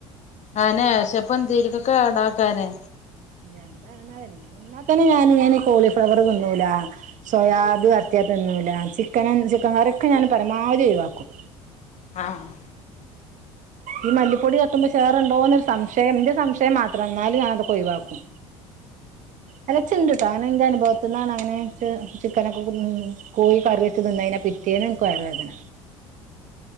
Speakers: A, on the left; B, on the right.
A: ആന്നെ ഷെപ്പോ ന്തേലൊക്കെ ആഡാക്കാനെ
B: എന്താ <unintelligible> ഇന്നാ തന്നെ ഞാന് കോളീഫ്ലവറ്, തിന്നൂല്ല, സോയാബി വരട്ടിയ തിന്നു തിന്നൂലാ ചിക്കനും ചിക്കൻ കറിയൊക്കെ ഞാൻ പരമാവധി ഒഴിവാക്കും
A: ആഹ് ആഹ്
B: ഈ മല്ലിപ്പൊടി തട്ടുമ്പോ ഛേറണ്ടോന്നൊരു സംശയം ഇന്റെ സംശയം മാത്രാണ് ന്നാലും ഞാനതൊക്കെ ഒഴിവാക്കും അല്ല ച്ച്ണ്ട്ട്ടാ അങ്ങനെ ഇന്റനുഭവത്ത്ന്നാണങ്ങനെ ഇച്ച് ചിക്കനൊക്കെ <unintelligible> കോയി കറിവെച്ച് തിന്നയിനെ പിറ്റ് പിറ്റേന്ന് ഇൻക്ക് വയറ് വേദന